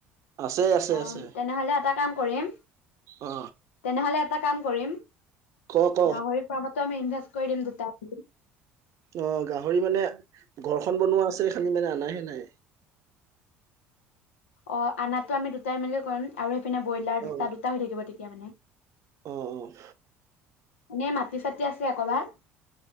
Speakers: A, on the right; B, on the left.
A: আছে আছে
B: অ'
A: আছে
B: তেনেহলে এটা কাম কৰিম
A: অ
B: তেনেহলে এটা কাম কৰিম,
A: ক ক
B: গাহৰি ফাৰ্মতো আমি ইনভেষ্ট কৰি দিম দুটা। হূ'
A: অ' গাহৰি মানে ঘৰখন বনোৱা আছে, খালি মানে অনাহে নাই।
B: অ আনাটো আমি দুটাই মেলি কৰিম আৰু সেইপিনে ব্ৰইলাৰ, দুটা
A: অ
B: দুটা হৈ থাকিব তেতিয়া মানে।
A: অ অ'
B: এনে মাটি চাটি আছে কবাত?